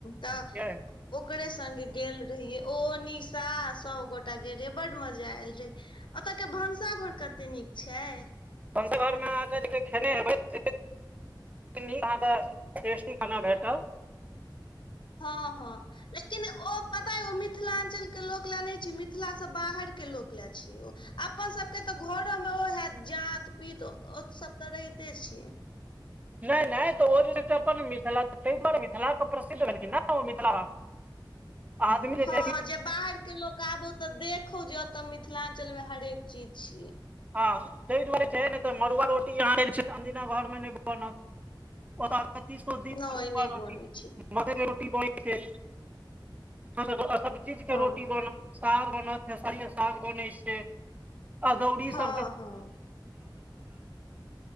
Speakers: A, on the left; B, on the right.
A: तऽ
B: बुझलियै
A: ओकरे संगे गेल रहिये ओ निशा सबगोटा गेल रहिय बड मजा आयल रहे। ओत के भनसाघर कते नीक छैय।
B: बङ्गा घरमे अहाँके जे खेने हेबै से <unintelligible> <unintelligible> टेस्टी खाना भेटल।
A: हँ हँ ले ओ मिथिलांचलके लोक ले नहि छी, मिथिला से बाहर के लोक ले छीय ओ। अपन सभके तऽ घरोमे ओहे जात पीत ओ सभ तऽ रहिते छैय।
B: नहि नहि तऽ ओ जे अपन मिथिला ताहि पर मिथिलाके प्रसिद्ध भेलखिन ने ओ मिथिला आदमी जे
A: हँ
B: छै
A: जे बाहरके लोक आबो तऽ देखौ जे एतऽ मिथिलाञ्चल मे हरेक चीज छियै।
B: हँ, ताहि दुआरे छैय ने तऽ मड़ुआ रोटी यहाँ अंदिना घरमे नहि बनल। <unintelligible>
A: नहि नहि बनै छै
B: मकइ के रोटी बनै छैय सब चीजके
A: हँ
B: रोटी बन साग बनत खेसारी के साग बनै छैय, अदौरी
A: हँ
B: सब
A: हँ